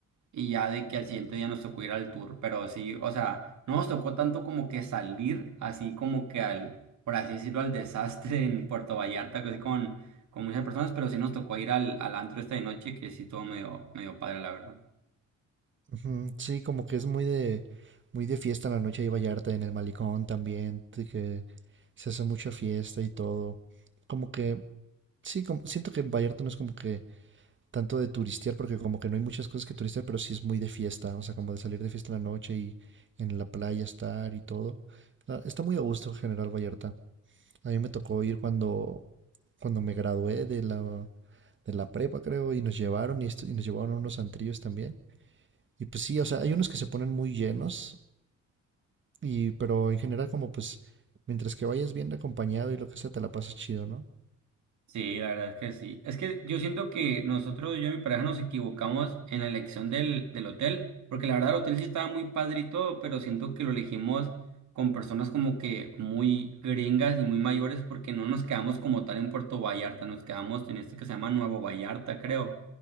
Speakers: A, on the right; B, on the right.
A: Y ya de que al siguiente día nos tocó ir al tour, pero sí, o sea, no nos tocó tanto como que salir, así como que al, por así decirlo, al desastre en Puerto Vallarta, que sí con, con muchas personas, pero sí nos tocó ir al, al antro esta de noche, que sí estuvo medio, medio padre, la verdad.
B: Ujú, Sí, como que es muy de, muy de fiesta en la noche ahí Vallarta, en el malecón también, de que se hace mucha fiesta y todo. Como que, sí, como, siento que Vallarta no es como que tanto de turistear, porque como que no hay muchas cosas que turistear, pero sí es muy de fiesta, o sea, como de salir de fiesta en la noche y en la playa estar y todo. La- está muy a gusto General Vallarta. A mí me tocó ir cuando, cuando me gradué de la, de la prepa, creo, y nos llevaron y, estu- y nos llevaron a unos antrillos también. Y pues sí, o sea, hay unos que se ponen muy llenos, y, pero en general como pues, mientras que vayas bien acompañado y lo que sea, te la pasas chido, ¿no?
A: Sí, la verdad es que sí. Es que yo siento que nosotros, yo y mi pareja, nos equivocamos en la elección del, del hotel, porque la verdad el hotel sí estaba muy padre y todo, pero siento que lo elegimos con personas como que muy gringas y muy mayores, porque no nos quedamos como tal en Puerto Vallarta, nos quedamos en este que se llama Nuevo Vallarta, creo.